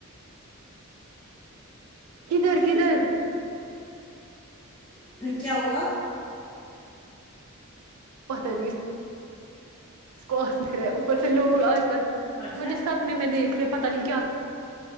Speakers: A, on the right; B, on the left.
A: کدھر کدھر
B: کیا ہوا
A: پتا نہیں اسکر ہے اوپر سے لوگ آج کل
B: اچھا
A: مجھے سپنے میں دیکھ کرپت نہیںک کیا